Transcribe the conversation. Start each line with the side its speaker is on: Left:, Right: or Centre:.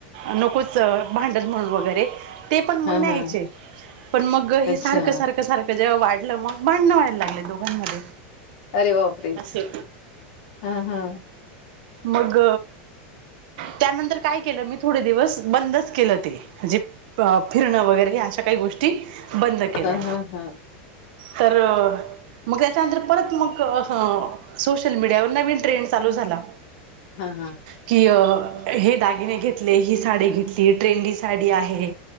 Right: नकोच भांडल म्हणून वगैरे. ते पण मग
Left: हा
Right: न्यायचे
Left: हा
Right: पण मग हे
Left: अच्छा
Right: सारखं-सारखं- सारखं जेव्हा वाढलं मग भांडणं व्हायला लागले दोघांमध्ये
Left: अरे बापरे
Right: असे
Left: हा हा
Right: मग त्यानंतर काय केलं मी थोडे दिवस. बंदच केलं ते. म्हणजे अ फिरणं वगैरे अशा काही गोष्टी बंद केल्या
Left: हा -हा -हा.
Right: तर मग त्याच्यानंतर परत मग असं सोशल मीडियावर नवीन ट्रेंडस. चालू झाला
Left: हा हा
Right: की हे दागिने घेतले. ही साडी घेतली. ट्रेंडी साडी आहे.